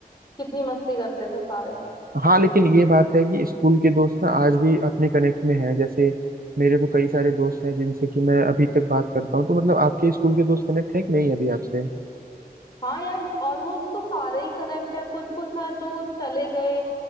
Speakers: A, on the left; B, on the right.
A: कितनी मस्ती करते थे सारे
B: हाँ लेकिन ये बात है कि स्कूल के दोस्त ना आज भी अपने कनेक्ट में हैं जैसे मेरे तो कई सारे दोस्त हैं जिनसे कि मैं अभी तक बात करता हूँ तो मतलब आपके स्कूल के दोस्त कनेक्ट है कि नहीं अभी आपसे
A: हाँ यार ऑलमोस्ट तो सारे ही कनेक्ट है कुछ कुछ है जो चले गए